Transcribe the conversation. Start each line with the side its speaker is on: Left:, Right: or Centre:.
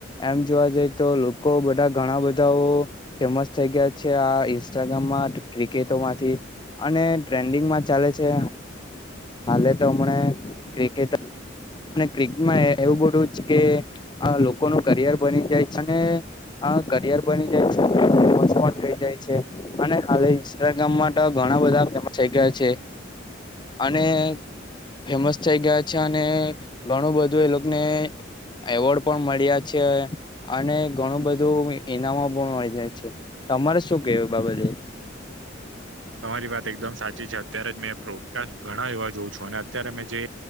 Left: એમ જોવા જઈ તો લોકો બધા ઘણા બધાઓ ફેમસ થઈ ગયા છે આ ઇન્સ્ટાગ્રામમાં ક્રિકેટો માંથી અને ટ્રેન્ડિંગમાં ચાલે છે. હાલે તો હમણા ક્રિકેટ અને ક્રિકેટમાં એવું બધું કે આ લોકો નું કરિયર બની જાય અને હા કરિયર બની જાય છે <unintelligible> થઈ જાય છે. અને હાલે ઇન્સ્ટાગ્રામ માતો ઘણા બધા ફેમસ થઈ ગયા છે. અને ફેમસ થઈ ગયા છે અને ઘણું બધું એ લોકને એવોર્ડ પણ મળ્યા છે અને ઘણું બધું ઈનામો પણ મળી છે તમારે શું કેવું એ બાબતે
Right: તમારી વાત એકદમ સાચી છે અત્યારે જ મેં પ્રોડકાસ્ટ ઘણા એવા જોઉં છું અને અત્યારે મેં જે